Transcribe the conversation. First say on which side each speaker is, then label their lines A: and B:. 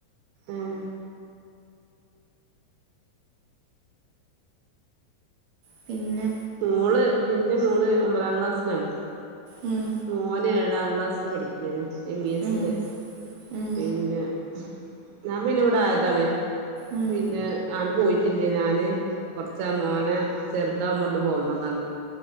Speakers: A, on the right (about 80°); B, on the right (about 70°).
A: ആഹ്
B: പിന്നെ
A: മോള് എന്റെ മോള് ഒമ്പതാം ക്ലാസ്സിലാണ്
B: ഉം
A: മോന് ഏ ഏഴാം ക്ലാസ്സിൽ പഠിക്കാണ് എം ഇ എസില്
B: ഉം ഉം
A: പിന്നെ ഞാൻ പിന്നെ ഇവിടെ ആയതാണേ
B: ഉം
A: പിന്നെ ആ പോയിട്ടില്ലേ ഞാന് കൊറച്ച് മോനെ ചെറുതാവൊണ്ട് പോന്നതാണ്